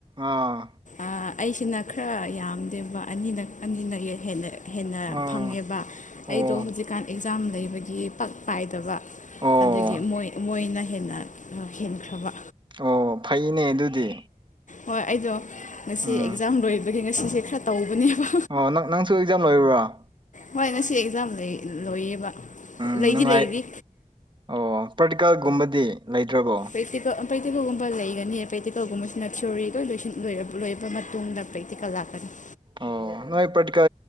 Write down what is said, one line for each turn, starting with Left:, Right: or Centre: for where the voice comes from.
Right: ꯑꯥ
Left: ꯑꯥ ꯑꯩꯁꯤꯅ ꯈꯔ ꯌꯥꯝꯗꯦꯕ ꯑꯅꯤꯂꯛ ꯑꯅꯤꯂꯛ ꯍꯦꯛ ꯍꯦꯜꯂ ꯍꯦꯟꯅ
Right: ꯑꯥ
Left: ꯐꯪꯉꯦꯕ
Right: ꯑꯣ
Left: ꯑꯩꯗꯣ ꯍꯧꯖꯤꯛꯀꯥꯟ ꯑꯦꯛꯖꯥꯝ ꯂꯩꯕꯒꯤ ꯄꯛ ꯄꯥꯏꯗꯕ
Right: ꯑꯣ
Left: ꯑꯗꯨꯗꯒꯤ ꯃꫭꯏ ꯃꯣꯏꯅ ꯍꯦꯟꯅ ꯍꯦꯟꯈ꯭ꯔꯕ
Right: ꯑꯣ ꯐꯩꯅꯦ ꯑꯗꯨꯗꯤ
Left: ꯍꯣꯏ ꯑꯩꯗꯣ ꯉꯁꯤ
Right: ꯎꯝ
Left: ꯑꯦꯛꯖꯥꯝ ꯂꯣꯏꯕꯒꯤ ꯉꯁꯤꯁꯦ ꯈꯔ ꯇꯧꯕꯅꯦꯕ
Right: ꯑꯣ ꯅꯪ ꯅꯪꯁꯨ ꯑꯦꯛꯖꯥꯝ ꯂꫭꯏꯕ꯭ꯔꫭ
Left: ꯍꯣꯏ ꯉꯁꯤ ꯑꯦꯛꯖꯥꯝ ꯂꯩ ꯂꫭꯏꯌꯦꯕ
Right: ꯎꯝ
Left: ꯂꯩꯗꯤ
Right: ꯅꯨꯡꯉꯥꯏ
Left: ꯂꯩꯔꯤ
Right: ꯑꯣ ꯄ꯭ꯔꯇꯤꯀꯦꯜꯒꯨꯝꯕꯗꯤ ꯂꯩꯗ꯭ꯔꯕꯣ
Left: ꯄ꯭ꯔꯦꯛꯇꯤꯀꯜ ꯄ꯭ꯔꯦꯛꯇꯤꯀꯜꯒꯨꯝꯕ ꯂꯩꯒꯅꯤ ꯄ꯭ꯔꯦꯛꯇꯤꯀꯜꯒꯨꯝꯕꯁꯤꯅ ꯊꯤꯑꯣꯔꯤ ꯂꯣꯏ ꯂꯣꯏꯁꯤꯟ ꯂꯣꯏ ꯂꫭꯏꯔꯛꯄꯒ ꯇꯨꯡꯗ ꯄ ꯇꯤꯀꯜ ꯂꯥꯛꯀꯅꯤ
Right: ꯑꯣ ꯅꯣꯏ ꯄ꯭ꯔꯇꯤꯀꯥ